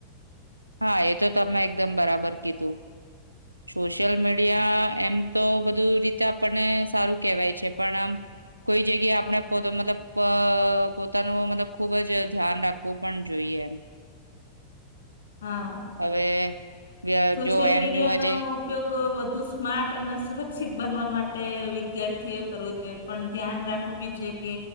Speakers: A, on the right (about 85°); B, on the left (about 65°).
A: હા એ તો તમે એકદમ બરાબર કીધું સોશિયલ મીડિયા એમ તો બધું રીતે આપણને સારું કેવાય છે પણ આમ કોઈ જગ્યાએ આપણે પો મતલબ પોતાનું મતલબ ખુબ જ ધ્યાન રાખ કો પણ જોઈએ એમ
B: હા
A: ત હવે
B: સોશિયલ
A: જો એમ
B: મીડિયાનો
A: જોવા જઈ
B: ઉપયોગ વધુ સ્માર્ટ અને સુરક્ષિત બનવા માટે વિદ્યાર્થીઓ કરવો જોઈએ પણ ધ્યાન રાખ ખૂબી જ કે